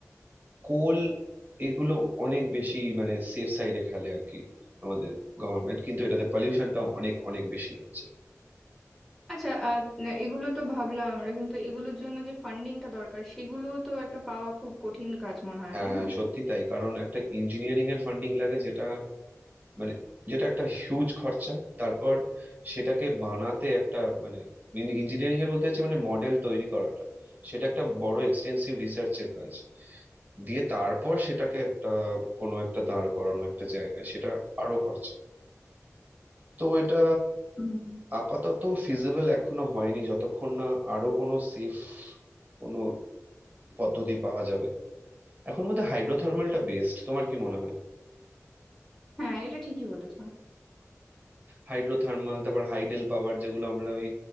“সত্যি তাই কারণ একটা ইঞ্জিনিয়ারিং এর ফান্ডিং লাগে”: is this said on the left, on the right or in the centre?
Right